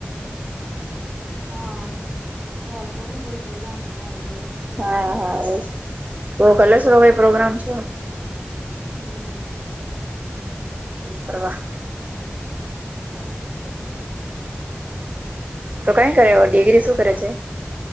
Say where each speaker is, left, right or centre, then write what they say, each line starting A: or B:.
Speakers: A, on the right; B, on the right.
A: હા કછ થ કોઈ નને કોઈ પ્રોગ્રામ થ ધર
B: હા હા બસ તો કલશરોવા પ્રોગ્રામ છે.
A: હમ્મ
B: પ્રવાહ
A: હારુ જ છે.
B: હ તો કઈ કરે ડિગ્રી શું કરે છે